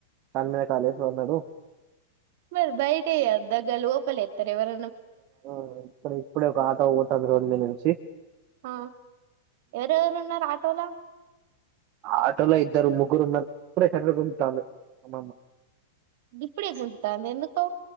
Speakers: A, on the right (about 30°); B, on the right (about 45°).
A: కాలి మీద కాలేసి హలో
B: మరి బయట అయ్యొద్ద గా లోపల ఎత్తర ఎవర
A: ఆ ఇప్పుడ ఇప్పుడే ఒక ఆటో పోతుంది రోడ్ మీద నుంచి
B: ఆ ఎవరెవరు ఉన్నారు ఆటోలా
A: ఆటోలో ఇద్దరు ము ముగ్గురు ఉన్నరూ ఇప్పుడే చంద్ర గుంటంటాలు మా
B: ఇప్పుడే గుంచి తాంది ఎందుకో